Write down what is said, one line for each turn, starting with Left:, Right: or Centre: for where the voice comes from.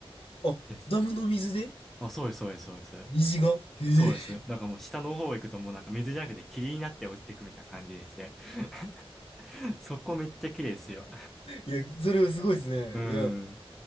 Left: あ、
Centre: です。
Left: ダムの水で
Centre: あ、そうです、そうです、そうです。
Left: 虹がへえ。
Centre: そうです。なんかもう下の方行くともうなんか水じゃなくて霧になって落ちてくみたいな感じでして、<laughs> そこめっちゃ綺麗ですよ。
Left: <laughs> いや、それはすごいですね。
Centre: うん。
Left: いや、